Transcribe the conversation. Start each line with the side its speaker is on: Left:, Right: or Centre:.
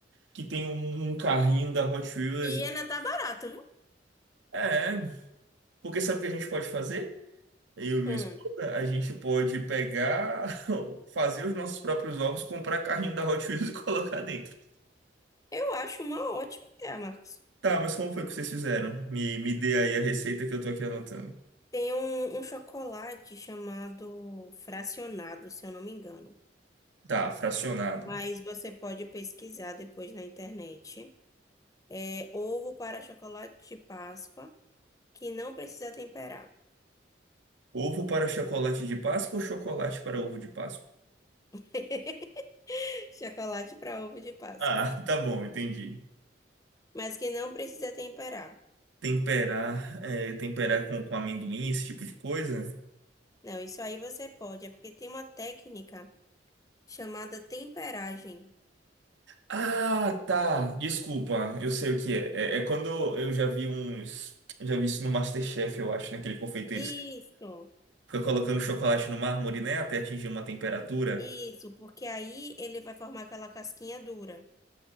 Right: que tem um, um carrinho da Hot Wheels.
Left: E ainda tá barato, viu?
Right: É, porque sabe o que a gente pode fazer? Eu e minha
Left: Hum,
Right: esposa, a gente pode pegar, <laughs> fazer os nossos próprios ovos, comprar carrinho da Hot Wheels e <laughs> colocar dentro.
Left: eu acho uma ótima ideia, Marcos.
Right: Tá, mas como foi que vocês fizeram? Me, me dê aí a receita que eu tô aqui anotando.
Left: Tem um, um chocolate chamado fracionado, se eu não me engano.
Right: Tá, fracionado.
Left: Mas você pode pesquisar depois na internet. É ovo para chocolate de Páscoa, que não precisa temperar.
Right: Ovo para chocolate de Páscoa ou chocolate para ovo de Páscoa?
Left: <laughs> Chocolate para ovo de Páscoa.
Right: Ah, <laughs> tá bom, entendi.
Left: Mas que não precisa temperar.
Right: Temperar, é, temperar com, com amendoim, esse tipo de coisa?
Left: Não, isso aí você pode, é porque tem uma técnica chamada temperagem.
Right: Ah, tá. Desculpa, eu sei o que é. É, é quando eu já vi uns. Eu já vi isso no MasterChef, eu acho, naquele confeiteiro.
Left: Isso,
Right: Fica colocando chocolate no mármore, né? Até atingir uma temperatura.
Left: isso, porque aí ele vai formar aquela casquinha dura.